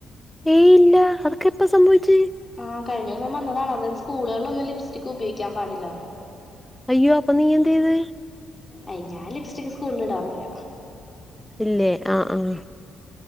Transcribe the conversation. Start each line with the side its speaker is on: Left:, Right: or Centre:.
Centre: ഏയ് ഇല്ല അതൊക്കെപ്പ സംഭവിച്ച്
Left: ആ കഴിഞ്ഞിവസം വന്നതാണ്, അതായത് സ്കൂളുകളിലൊന്നും ലിപ്സ്റ്റിക്ക് ഉപയോഗിക്കാൻ പാടില്ലാന്ന്
Centre: അയ്യോ അപ്പൊ നീ എന്ത് ചെയ്ത്
Left: അയ് ഞാൻ ലിപ്സ്റ്റിക് സ്കൂളില് ഇടാറില്ല
Centre: ഇല്ലേ ആ ആഹ്